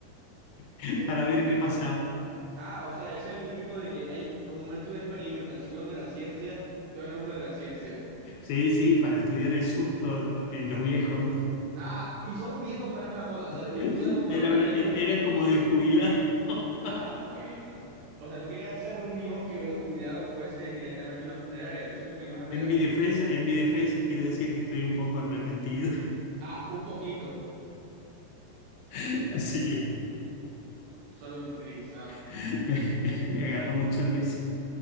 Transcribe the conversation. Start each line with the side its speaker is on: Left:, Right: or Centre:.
Left: <laughs>
Right: Ok.
Left: para ver qué pasaba.
Right: Ah, o sea, es el típico de que hay un momento de experimentación de la ciencia, todo en nombre de la ciencia.
Left: Sí, sí, para estudiar el susto en los viejos.
Right: Ah, y son viejos para más jodas, o
Left: <laughs>
Right: sea, le pudo dar un paro
Left: Era,
Right: cardíaco.
Left: era, era como de jubilar. <laughs>
Right: Ah, bueno. O sea, tú querías hacer reunión que de jubilado fuese directamente una funeraria, del susto que le ibas a pegar.
Left: En mi defensa, en mi defensa quiero decir que estoy un poco arrepentido.
Right: Ah, un poquito,
Left: <laughs> Sí.
Right: solo un tris. ah.
Left: <laughs> Me, me- me agarró mucha risa.